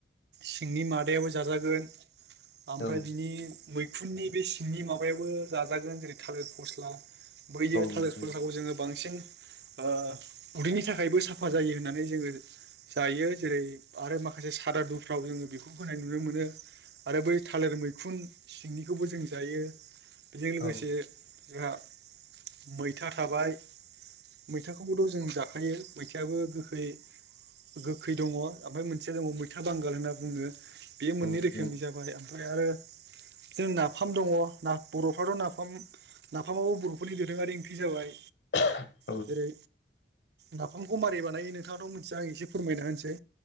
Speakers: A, on the right; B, on the left.
A: सिंनि मादायाबो जाजागोन ओमफ्राय
B: औ
A: बिनि मै खुननि बे सिंनि माबायाबो जाजागोन जेरै थालिर फस्ला बैयो थालिर
B: नंगौ
A: फथलाखौ जोङो बांसिन ओ उदैनि थाखायबो साफा जायो होननानै जोङो जायो जेरै आरो माखासे सादा दुफ्राव जोङो बेखौ होनाय नुनो मोनो आरो बै थालिर मैखुन सिंनिखौबो जों जायो बेजों लोगोसे
B: औ
A: जोंहा मैथा थाबाय मैथाखौबोथ' जों जाखायो मैथायाबो गोखै गोखै दङ ओमफ्राय मोनसेया दङ मैथा बांगाल होनना बुङो बे मोननै
B: नंगौ
A: रोखोमनि जाबाय ओमफ्राय आरो जों नाफाम दङो ना बर'फ्राथ' नाफाम नाफामावबो बर'फोरनि दोरोङारि ओंख्रि जाबाय
B: <unintelligible> <inaudible>
A: जेरै नाफामखौ मारिै बानायो नोंथाङाथ' मोनथिया आं एसे फोरमायना होनसै।